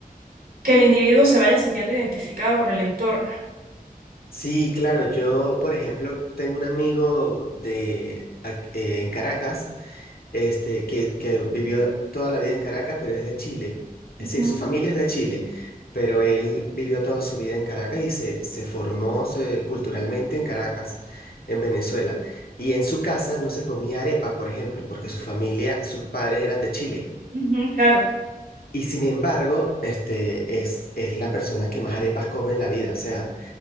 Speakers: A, on the right (about 70°); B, on the left (about 80°).
A: que el individuo se vaya sintiendo identificado con el entorno.
B: Sí, claro, yo, por ejemplo, tengo un amigo de ac- eh, en Caracas este, que, que vivió toda la vida en Caracas, pero es de Chile.
A: Ujú.
B: Es decir, su familia es de Chile, pero él vivió toda su vida en Caracas y se, se formó se- culturalmente en Caracas, en Venezuela. Y en su casa no se comía arepa, por ejemplo, porque su familia, sus padres eran de Chile.
A: Ujú, claro,
B: Y sin embargo, este es, es la persona que más arepas come en la vida. O sea,